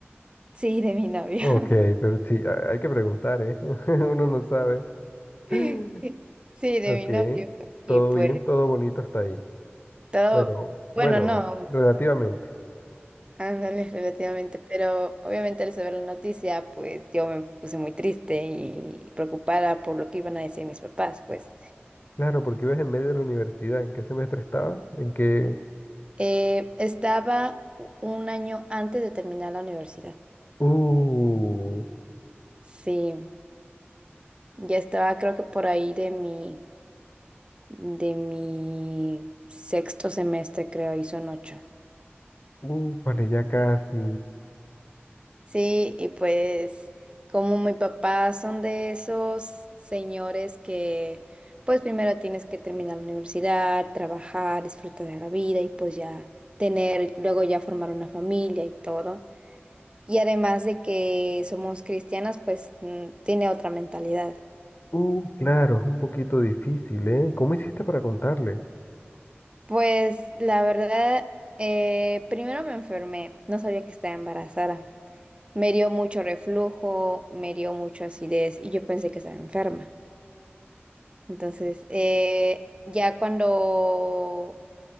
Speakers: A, on the right; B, on the left.
A: Sí, de mi novio.
B: Ok,
A: <laughs>
B: pero sí, ha- hay que preguntar, ¿eh? <laughs> Uno no sabe.
A: <laughs> Sí,
B: <laughs>
A: sí, de
B: Ok,
A: mi novio.
B: todo
A: Y pues
B: bien, todo bonito hasta ahí.
A: todo,
B: Bueno, bueno,
A: bueno, no,
B: relativamente.
A: ándale relativamente, pero obviamente al saber la noticia, pues yo me puse muy triste y preocupada por lo que iban a decir mis papás, pues.
B: Claro, porque ibas en medio de la universidad. ¿En qué semestre estabas? En qué?
A: Eh, estaba un año antes de terminar la universidad.
B: uh,
A: Sí, ya estaba creo que por ahí de mi, de mi sexto semestre, creo, y son ocho.
B: uh, vale, ya casi.
A: Sí, y pues como mi papá son de esos señores que pues primero tienes que terminar la universidad, trabajar, disfrutar de la vida y pues ya tener, luego ya formar una familia y todo. Y además de que somos cristianas, pues mm, tiene otra mentalidad.
B: Uh, claro, es un poquito difícil, ¿eh? ¿Cómo hiciste para contarle?
A: Pues la verdad, eh, primero me enfermé, no sabía que estaba embarazada. Me dio mucho reflujo, me dio mucha acidez y yo pensé que estaba enferma. Entonces, eh, ya cuando